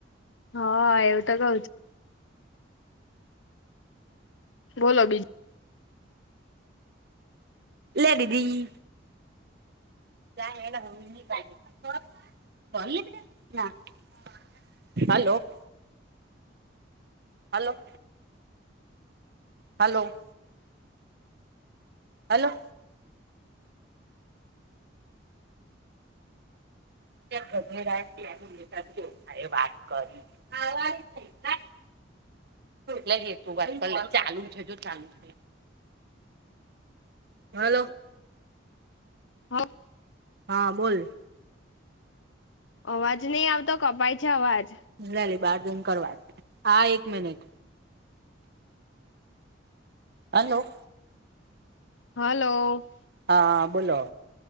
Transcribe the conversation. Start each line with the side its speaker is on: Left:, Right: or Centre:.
Left: હ એવું તો કઉ બોલો બી
Right: લે દીદી. <inaudible> <unintelligible> હાલો. હાલો. હાલો. હાલો. <inaudible> <unintelligible> લે હેતુ વાત કરીલે ચાલુ છે જો ચાલુ છે. હલો.
Left: હ
Right: હા બોલ.
Left: અવાજ નહીં આવતો કપાય છે અવાજ.
Right: લેલી બાર જૈન કર વાત. હા, એક મિનિટ. હલો.
Left: હલો.
Right: હા બોલો.